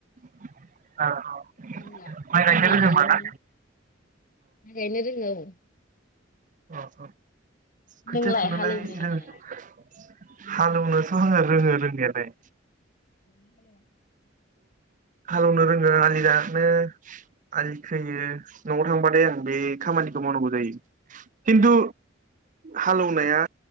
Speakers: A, on the right; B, on the left.
A: <unintelligible>
B: खामला
A: माइ गायनो
B: खामला
A: रोङो
B: गायोमोन
A: होमबा ना
B: माइ गायनो रोङो औ।
A: अ अ। खोथिया
B: नोंलाय
A: फुनोलाय
B: हालेवनो रोङा
A: रोङो
B: नामा?
A: खो हालेवनोथ' आङो रोङो रोंनायालाय।
B: <inaudible>
A: हालेवनो रोङो आलि दाननो आलि खैयो न'आव थांबाथाय आं बे खामानिखौ मावनांगौ जायो। खिन्थु हालौनाया